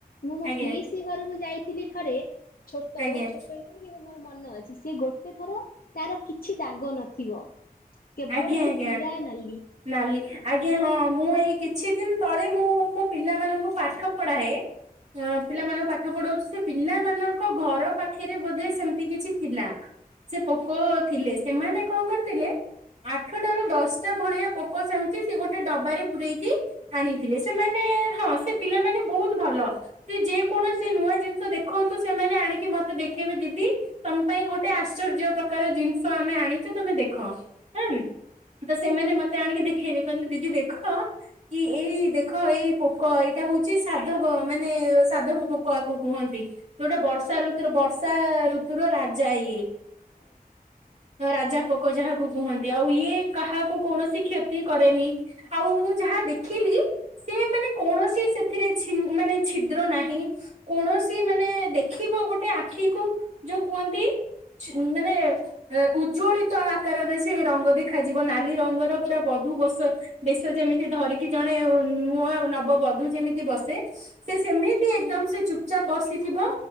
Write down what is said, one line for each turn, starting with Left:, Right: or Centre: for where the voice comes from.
Left: ମୁଁ ମୋ
Right: ଆଜ୍ଞା
Left: ପିଇ ସି ଘରକୁ ଯାଇଥିଲି ଥରେ ତ
Right: ଆଜ୍ଞା
Left: ବହୁତ
Right: ଆଜ୍ଞା
Left: ଛୋଟ ହେଇଥିଲି କିନ୍ତୁ ମୋର ମନ ଅଛି ସେ ଗୋଟେ ଥର ତାର କିଛି ଦାଗ ନଥିବ। କେବଳ
Right: ଆଜ୍ଞା
Left: ସେ
Right: ଆଜ୍ଞା।
Left: ପୁରା ନାଲି
Right: ନାଲି ଆଜ୍ଞା ହଁ ମୁଁ ଏଇ କିଛି ଦିନ ତଳେ ମୁଁ ମୋ ପିଲାମାନଙ୍କୁ ପାଠ ପଢାଏ ହଁ ପିଲାମାନଙ୍କୁ ପାଠ ପଢଉଛି ସେ ପିଲାମାନଙ୍କ ଘର ପାଖରେ ବୋଧେ ସେମତି କିଛି ଥିଲା ସେ ପୋକ ଥିଲେ ସେମାନେ କଅଁ କରିଥିଲେ ଆଠଟା ରୁ ଦଶଟା ଭଳିଆ ପୋକ ସେମିତି ସେ ଗୋଟେ ଡବାରେ ପୂରେଇକି ଆଣିଥିଲେ ସେମାନେ ହଁ ସେ ପିଲାମାନେ ବହୁତ ଭଲ ସେ ଯେକୌଣସି ସେ ନୂଆ ଜିନିଷ ଦେଖନ୍ତୁ ସେମାନେ ଆଣିକି ମତେ ଦେଖେଇବେ ଦିଦି ତମ ପାଇଁ ଗୋଟେ ଆଶ୍ଚର୍ଯ୍ୟ ପ୍ର କାର ଜିନିଷ ଆମେ ଆଣିଚୁ ତମେ ଦେଖ ହଁ ତ ସେମାନେ ମେ ମୋତେ ଆଣିକି ଦେଖେଇଲେ କହିଲେ ଦିଦି ଦେଖ। କି ଏଇ ଦେଖ ଏଇ ପୋକ ଏଇଟା ହଉଛି ସାଧବ ମାନେ ସାଧବ ପୋକ ଆକୁ କୁହନ୍ତି। ଯୋଉଟା ବର୍ଷା ଋତୁ ବର୍ଷା ଋତୁୁର ରାଜା ଇଏ। ହୁଁ ରାଜା ପୋକ ଯାହାକୁ କୁହନ୍ତି ଆଉ ଇଏ କାହାକୁ କୌଣସି କ୍ଷତି କରେନି ଆଉ ମୁଁ ଯାହା ଦେଖିଲି ସେ ମାନେ କୌଣସି ସେଥିରେ ଛିନ୍ ମାନେ ଛିଦ୍ର ନାହିଁ କୌଣସି ମାନେ ମାନେ ଦେଖିବ ଗୋଟେ ଆଖିକୁୁ ଯୋଉ କୁହନ୍ତି ଛି ମାନେ ଉଜ୍ଜ୍ୱଳିତ ଆକାରରେ ସେ ରଙ୍ଗ ଦେଖାଯିବ ନାଲି ରଙ୍ଗର ପୁରା ବଧୁ ବସ ବେଶ ଯେମିତି ଧରିକି ଜଣେ ନୂଆ ନବବଧୁ ଯେମିତି ବସେ ସେ ସେମି ଏକଦମ୍ ସେ ଚୁପଚାପ ବସିଥିବ